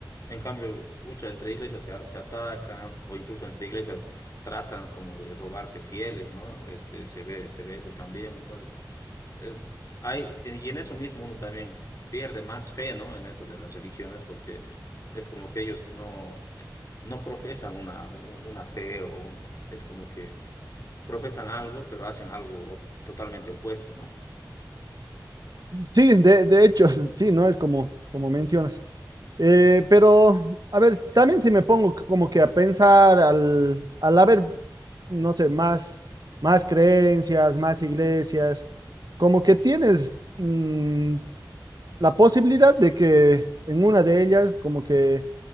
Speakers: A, on the left (about 45°); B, on the right (about 60°).
A: En cambio, muchas entre iglesias se, a- se atacan o incluso entre iglesias tratan como de robarse fieles, ¿no? Este, se ve, se ve eso también. Entonces, eh, hay, y en eso mismo uno también pierde más fe, ¿no? En eso de las religiones, porque es como que ellos no, no profesan una, una fe, o un- es como que profesan algo, pero hacen algo totalmente opuesto, ¿no?
B: Sí, de, de hecho, <laughs> sí, no es como, como mencionas. Eh, pero, a ver, también si me pongo c- como que a pensar al, al haber, no sé, más, más creencias, más iglesias, como que tienes mm, la posibilidad de que en una de ellas, como que